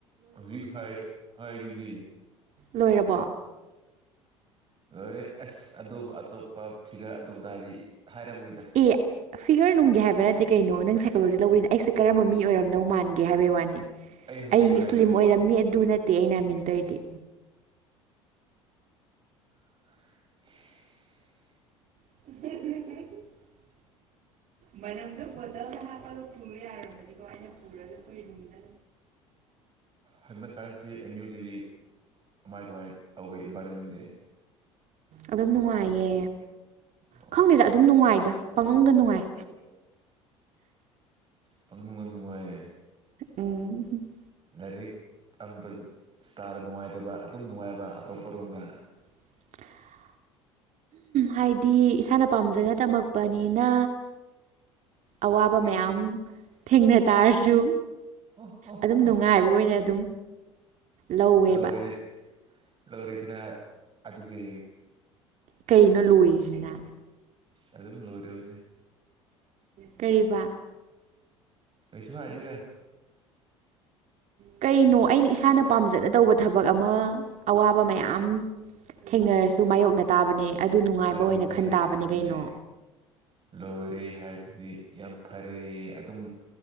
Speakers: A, on the right; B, on the right.
A: ꯍꯧꯖꯤꯛ ꯍꯥꯏ ꯍꯥꯏꯗꯨꯗꯤ
B: ꯂꯣꯏꯔꯕꯣ
A: ꯂꯣꯏꯔꯦ ꯑꯁ ꯑꯗꯨꯕꯨ ꯑꯇꯣꯞꯄ ꯐꯤꯒꯔ ꯑꯗꯨꯗꯥꯔꯗꯤ ꯍꯥꯏꯔꯝꯃꯣꯏꯗ
B: ꯑꯦ ꯐꯤꯒꯔ ꯅꯨꯡꯒꯦ ꯍꯥꯏꯕ ꯅꯠꯇꯦ ꯀꯩꯅꯣ ꯅꯪ ꯁꯥꯏꯀꯣꯂꯣꯖꯤ ꯂꯧꯕꯔꯤꯅꯤ ꯑꯩꯁꯦ ꯀꯔꯝꯕ ꯃꯤ ꯑꯣꯏꯔꯝꯗꯧ ꯃꯥꯟꯒꯦ ꯍꯥꯏꯕꯩ ꯋꯥꯅꯤ
A: ꯍꯧꯖꯤꯛ
B: ꯑꯩ ꯏ
A: ꯍꯥꯏꯗꯤ
B: ꯏꯁꯂꯤꯝ ꯑꯣꯏꯔꯝꯅꯤ ꯑꯗꯨ ꯅꯠꯇꯦ ꯑꯩꯩꯅꯃꯤꯟꯗꯣꯏꯗꯤ
A: <unintelligible>
B: <unintelligible> ꯃꯅꯝꯗꯣ ꯕꯣꯇꯜꯗ ꯍꯥꯞꯄꯒ ꯄꯨ ꯌꯥꯔꯃꯥꯗꯤꯀꯣ ꯑꯩꯅ ꯄꯨꯔꯒꯥ ꯑꯈꯣꯏ ꯌꯨꯝꯗ
A: ꯍꯟꯗꯛ ꯀꯔꯟꯁꯤ ꯑꯦꯝ ꯌꯨꯗꯗꯤ ꯀꯃꯥꯏ ꯀꯃꯥꯏ ꯇꯧꯋꯦ ꯏꯟꯚꯥꯏꯔꯣꯟꯃꯦꯟꯗꯤ
B: ꯑꯗꯨꯝ ꯅꯨꯡꯉꯥꯏꯌꯦ
A: ꯑꯣ
B: ꯈꯪꯗꯦꯗ ꯑꯗꯨꯝ ꯅꯨꯡꯉꯥꯏꯗ ꯄꯉꯧꯗ ꯅꯨꯡꯉꯥꯏ
A: ꯄꯪ ꯅꯨꯡꯕ ꯅꯨꯡꯉꯥꯏꯌꯦ
B: ꯎꯝ
A: ꯂꯥꯏꯔꯤꯛ ꯑꯃ ꯏꯁꯇꯥꯔꯗ ꯅꯨꯡꯉꯥꯏꯇꯕ ꯑꯗꯨꯝ ꯅꯨꯡꯉꯥꯏꯕ ꯑꯇꯣꯞꯄꯔꯣꯝꯗ
B: <unintelligible> ꯍꯥꯏꯗꯤ ꯏꯁꯥꯅ ꯄꯥꯝꯖꯅ ꯇꯝꯃꯛꯄꯅꯤꯅ ꯑꯋꯥꯕ ꯃꯌꯥꯝ
A: ꯑꯦ
B: ꯊꯦꯡꯅ ꯇꯥꯔꯁꯨ
A: ꯑꯣ ꯑꯣ
B: ꯑꯗꯨꯝ
A: ꯑ
B: ꯅꯨꯡꯉꯥꯏꯕ ꯑꯣꯏꯅ ꯑꯗꯨꯝ ꯂꯧꯋꯦꯕ
A: ꯂꯣꯔꯤꯗꯤ ꯂꯣꯔꯤꯗꯅ ꯑꯗꯨꯗꯤ
B: ꯀꯩꯅꯣ ꯂꯣꯏꯔꯤꯁꯤꯅꯦ
A: ꯑꯗꯨ ꯑꯗꯨꯝ ꯂꯣꯔꯤꯎꯗꯤ
B: ꯀꯔꯤꯕ
A: ꯀꯩꯁꯨꯛ ꯍꯥꯏꯗꯦꯗꯥ
B: ꯀꯩꯅꯣ ꯑꯩꯅ ꯏꯁꯥꯅ ꯄꯥꯝꯖꯅ ꯇꯧꯕ ꯊꯕꯛ ꯑꯃ ꯑꯋꯥꯕ ꯃꯌꯥꯝ ꯊꯦꯡꯅꯔꯁꯨ ꯃꯥꯌꯣꯛꯅ ꯇꯥꯕꯅꯦ ꯅꯨꯡꯉꯥꯏꯕ
A: ꯑꯗꯨ
B: ꯑꯣꯏꯅ
A: ꯑꯗꯨꯅꯦ
B: ꯈꯟ ꯇꯥꯕꯅꯦ
A: ꯑꯗꯨ ꯑꯗꯨꯅꯦ
B: ꯀꯩꯅꯣ
A: ꯂꯨꯔꯤ ꯍꯥꯏꯔꯗꯨꯗꯤ ꯌꯥꯝ ꯐꯔꯦ ꯑꯗꯨꯝ